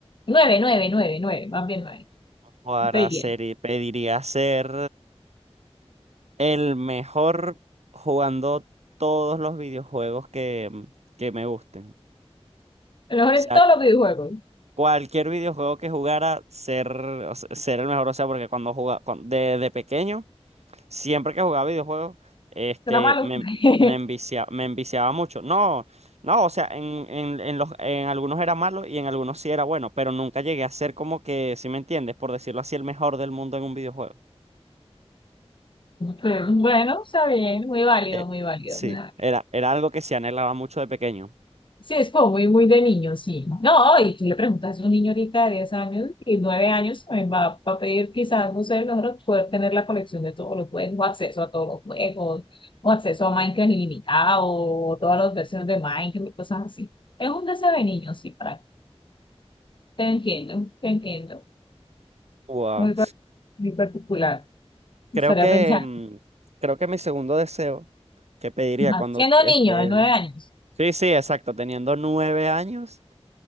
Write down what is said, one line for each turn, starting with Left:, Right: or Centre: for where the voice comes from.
Left: nueve 9 9 9 más bien 9.
Right: para
Left: Estoy bien.
Right: ser, y pediría ser el mejor jugando todos los videojuegos que, mm, que me gusten.
Left: A lo mejor
Right: O sea,
Left: en todos los videojuegos.
Right: cualquier videojuego que jugara, ser, o sea, ser el mejor. O sea, porque cuando jugaba, desde pequeño. Siempre que jugaba videojuegos, este,
Left: Será malo.
Right: me,
Left: <laughs>
Right: me envicia- me enviciaba mucho. No, no, o sea, en, en, en los, en algunos era malo y en algunos sí era bueno, pero nunca llegué a ser como que, si me entiendes, por decirlo así, el mejor del mundo en un videojuego.
Left: Pero, Bueno, está bien, muy válido,
Right: Eh,
Left: muy válido,
Right: sí,
Left: muy válido.
Right: era, era algo que se anhelaba mucho de pequeño.
Left: Sí, es como muy, muy de niño, sí. No, y tú le preguntas a un niño ahorita de 10 años y 9 años, también va, va a pedir quizás, no sé, nosotros poder tener la colección de todos los juegos, o acceso a todos los juegos, o acceso a Minecraft ilimitado, o todas las versiones de Minecraft y cosas así. Es un deseo de niño, sí, para Te entiendo, te entiendo.
Right: Wow.
Left: Muy, par- muy particular. Estaría
Right: Creo que,
Left: pensando,
Right: mm, creo que mi segundo deseo que pediría
Left: ajá,
Right: cuando,
Left: siendo
Right: este,
Left: niño de 9 años.
Right: sí, sí, exacto, teniendo nueve años.